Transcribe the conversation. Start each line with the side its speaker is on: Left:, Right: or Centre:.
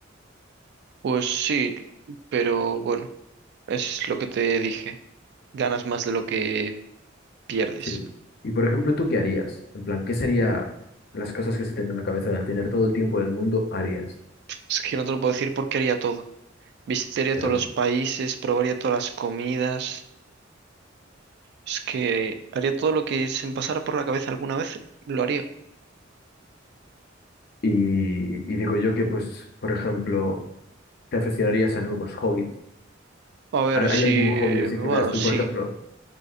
Right: Pues sí, pero bueno, es lo que te dije. Ganas más de lo que pierdes.
Left: Sí. Y por ejemplo, ¿tú qué harías? En plan, ¿qué serían las cosas que se te ven en la cabeza de al tener todo el tiempo del mundo harías?
Right: Es que no te lo puedo decir porque haría todo. Visitaría
Left: Pero,
Right: todos los países, probaría todas las comidas. Es que haría todo lo que se me pasara por la cabeza alguna vez. Lo haría.
Left: y, y digo yo que, pues, por ejemplo, te aficionarías a nuevos hobbies.
Right: A ver,
Left: ¿Hay
Right: si...
Left: hay algún hobby así
Right: Bueno,
Left: que veas tú,
Right: sí.
Left: por ejemplo?